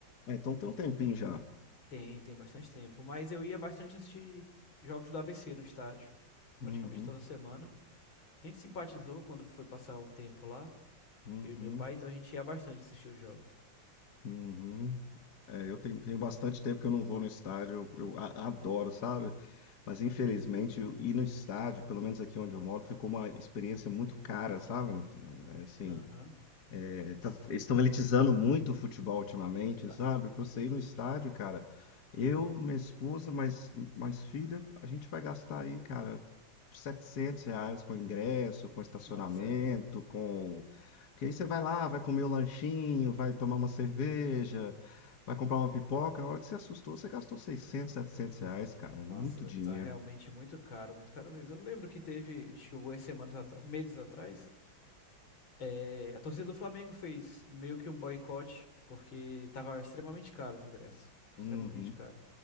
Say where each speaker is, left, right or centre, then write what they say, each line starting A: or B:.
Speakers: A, on the left; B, on the left.
A: É, então tem um tempinho já.
B: Tem, tem bastante tempo. Mas eu ia bastante assistir jogos do ABC no estádio,
A: Uhum,
B: praticamente toda semana. A gente simpatizou quando foi passar um tempo lá,
A: uhum,
B: eu e meu pai, então a gente ia bastante assistir os jogos.
A: uhum. É, eu tenho, tenho bastante tempo que eu não vou no estádio. Eu, eu a- adoro, sabe? Mas infelizmente eu ir no estádio, pelo menos aqui onde eu moro, ficou uma experiência muito cara, sabe? né? É é Assim,
B: Aham.
A: é, tá- eles estão elitizando muito o futebol ultimamente,
B: Tá-
A: sabe? Pra você ir no estádio, cara, eu, minha esposa, mais, mais filha, a gente vai gastar aí, cara, 700 reais com ingresso, com estacionamento,
B: Nossa, é-
A: com. Porque aí você vai lá, vai comer o lanchinho, vai tomar uma cerveja, vai comprar uma pipoca. A hora que você assustou, você gastou 600, 700 reais, cara. É
B: nossa,
A: muito dinheiro.
B: tá realmente muito caro, muito caro mesmo. Eu lembro que teve, acho que algumas semanas atrás, meses atrás, É, a torcida do Flamengo fez meio que um boicote, porque tava extremamente caro os ingressos. Extremamente
A: Uhum,
B: caro.